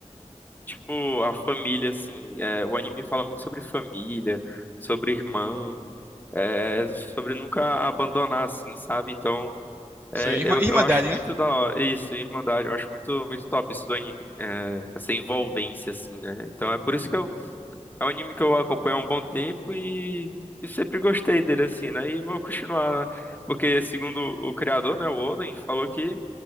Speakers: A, on the left; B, on the right.
A: Tipo, a família, assim, é, o anime fala muito sobre família, sobre irmão, é, sobre nunca abandonar, assim, sabe? Então, é,
B: Isso aí, irma-
A: eu,
B: Irmandade,
A: eu acho muito
B: né?
A: da hora, isso, Irmandade, eu acho muito, muito top isso do anime, é, essa envolvência, assim, né? Então, é por isso que eu, é um anime que eu acompanho há um bom tempo e, e sempre gostei dele, assim, né? E vou continuar, porque segundo o criador, né, o Oden, falou que